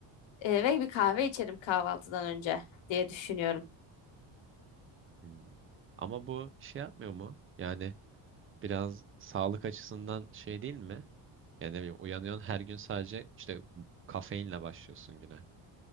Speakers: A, on the left (about 75°); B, on the right (about 30°).
A: e, ve bir kahve içerim kahvaltıdan önce diye düşünüyorum.
B: Hmm. Ama bu şey yapmıyor mu? Yani biraz sağlık açısından şey değil mi? Yani ne bileyim uyanıyorsun her gün sadece işte kafeinle başlıyorsun güne.